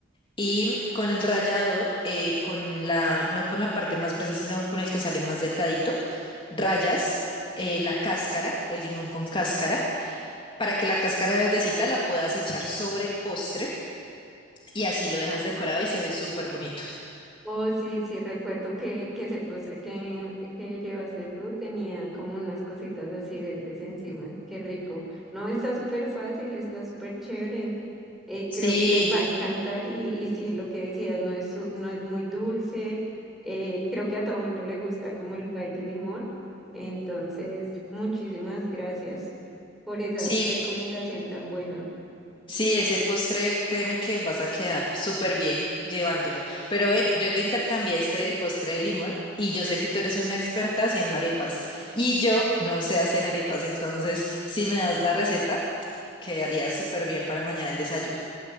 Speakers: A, on the left (about 25°); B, in the centre.
A: y con el rallador, eh, con la, no con la parte más gruesa, sino con el que sale más delgadito, rayas eh, la cáscara, el limón con cáscara, para que la cáscara verdecita la puedas echar sobre el postre y así lo dejas decorado y se ve súper bonito.
B: Oh, sí, sí, recuerdo que, que ese postre que, que llevaste tú tenía como unas cositas así verdes encima. Qué rico. No, está súper fácil, está súper chévere. Eh,
A: Sí,
B: creo que les va a encantar y, y sí, lo que decías, no es, su- no es muy dulce. Eh, creo que a todo mundo le gusta como el pay de limón. Entonces, muchísimas gracias por esa
A: sí,
B: recomendación tan buena.
A: Sí, ese postre, créeme que vas a quedar súper bien llevándolo. Pero ven, yo te intercambié este el postre de limón y yo sé que tú eres una experta haciendo arepas y yo no sé hacer arepas, entonces si me das la receta, quedaría súper bien para mañana el desayuno.